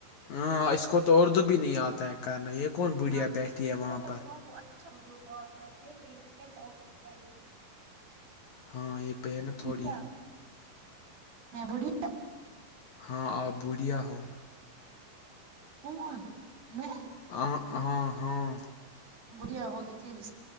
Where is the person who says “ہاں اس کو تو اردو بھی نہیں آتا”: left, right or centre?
Left